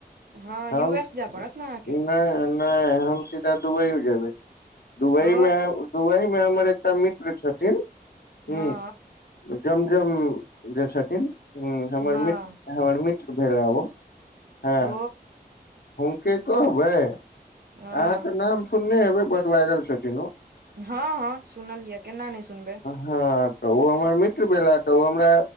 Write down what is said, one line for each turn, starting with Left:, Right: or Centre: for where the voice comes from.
Left: <unintelligible>
Right: हँ
Left: हम
Right: यू एस जाय पड़त ने अहाँके
Left: नै नहि हम सीधा दुवई मे जेबै दुवई
Right: ओ
Left: मे एहिमे हमर एकटा मित्र छथिन हू
Right: हँ
Left: जम जम जे छथिन हा हमर
Right: हँ
Left: मित्र हमर मित्र भेला ओ ह
Right: ओ
Left: हुनक कहबै अहाँकेँ
Right: हँ
Left: नाम सुनने हेबै बड वायरल छथिन ओ
Right: ह ह सुनलियै केना नहि सुनबै
Left: हा तऽ ओ हमर मित्र भेला तऽ ओ हमरा